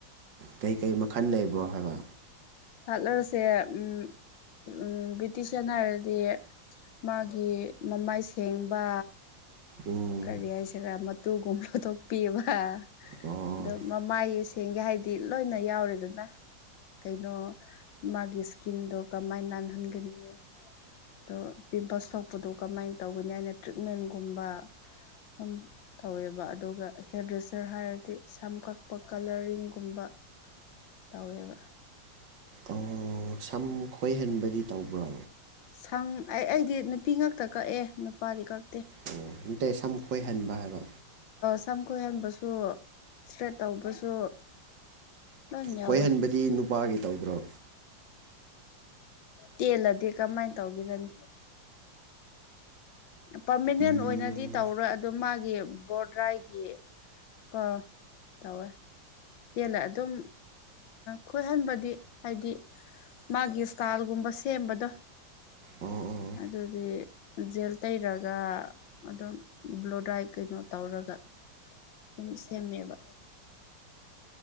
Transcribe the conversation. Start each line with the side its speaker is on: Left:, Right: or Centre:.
Right: ꯀꯩꯀꯔꯤ ꯃꯈꯜ ꯂꯩꯕ꯭ꯔꯣ ꯍꯥꯏꯕ
Left: ꯍꯥꯠꯂꯨꯔꯁꯦ ꯎꯝ ꯎ ꯕ꯭ꯔꯤꯇꯤꯁꯅ ꯍꯥꯏꯔꯗꯤ ꯃꯥꯒꯤ ꯃꯃꯥꯏ ꯁꯦꯡꯕ
Right: ꯎꯝ
Left: ꯀꯔꯤ ꯍꯥꯏꯁꯤꯔꯥ ꯃꯇꯨꯒꯨꯝꯕ ꯂꯧꯊꯣꯛꯄꯤꯕ ꯑ
Right: ꯑꯣ
Left: ꯃꯃꯥꯏ ꯊꯦꯡꯒꯦ ꯍꯥꯏꯗꯤ ꯂꯣꯏꯅ ꯌꯥꯎꯔꯦꯗꯅ ꯀꯩꯅꯣ ꯃꯥꯒꯤ ꯏꯁꯀꯤꯟꯗꯣ ꯀꯃꯥꯏꯅ ꯅꯥꯟꯍꯟꯒꯅꯤ ꯑꯗꯣ ꯄꯤꯝꯄꯜꯁ ꯊꯣꯛꯄꯗꯣ ꯀꯃꯥꯏꯅ ꯇꯧꯒꯅꯤ ꯍꯥꯏꯅ ꯇ꯭ꯔꯤꯠꯃꯦꯟꯒꯨꯝꯕ ꯝ ꯇꯧꯋꯦꯕ ꯑꯗꯨꯒ ꯍꯦꯌꯔ ꯗ꯭ꯔꯦꯁꯔ ꯍꯥꯏꯔꯗꯤ ꯁꯝ ꯀꯛꯄ ꯀꯂꯔꯤꯡꯒꯨꯝꯕ ꯇꯧꯋꯦꯕ
Right: ꯑꯣ ꯁꯝ ꯈꯣꯏꯍꯟꯕꯗꯤ ꯇꯧꯕ꯭ꯔꯣ
Left: ꯁꯪ ꯑꯩ ꯑꯩꯗꯤ ꯅꯨꯄꯤ ꯉꯥꯛꯇ ꯀꯛꯑꯦ ꯅꯨꯄꯥꯗꯤ ꯀꯛ
Right: ꯑꯣ ꯅꯠꯇꯦ ꯁꯝꯨ ꯈꯣꯏꯍꯟꯕ ꯍꯥꯏꯕ
Left: ꯁꯝ ꯀꯣꯏꯍꯟꯕꯁꯨ ꯏꯁꯇ꯭ꯔꯦꯠ ꯇꯧꯕꯁꯨ ꯂꯣꯏ ꯌꯥꯎꯋꯦ
Right: ꯈꯣꯏꯍꯟꯕꯗꯤ ꯅꯨꯄꯥꯒꯤ ꯇꯧꯗ꯭ꯔꯣ
Left: ꯇꯦꯜꯂꯗꯤ ꯀꯃꯥꯏꯅ ꯇꯧꯔꯅꯤ ꯄꯔꯃꯅꯦꯟ
Right: ꯎꯝ
Left: ꯑꯣꯏꯅꯗꯤ ꯇꯧꯔꯣꯏ ꯑꯗꯨ ꯃꯥꯒꯤ ꯒꯤ ꯕꯣꯔꯗ꯭ꯔꯥꯏꯒꯤ ꯑ ꯇꯧꯋꯦ ꯇꯦꯜꯂꯦ ꯑꯗꯨꯝ ꯈꯣꯏꯍꯟꯕꯗꯤ ꯍꯥꯏꯗꯤ ꯃꯥꯒꯤ ꯏꯁꯇꯥꯏꯜꯒꯨꯝꯕ ꯁꯦꯝꯕꯗꯣ
Right: ꯑꯣ ꯑꯣ
Left: ꯑꯗꯨꯗꯤ ꯖꯦꯜ ꯇꯩꯔꯒ ꯑꯗꯨꯝ ꯕ꯭ꯂꯣꯗꯥꯥꯏ ꯀꯩꯅꯣ ꯇꯧꯔꯒ ꯑꯗꯨꯝ ꯁꯦꯝꯃꯦꯕ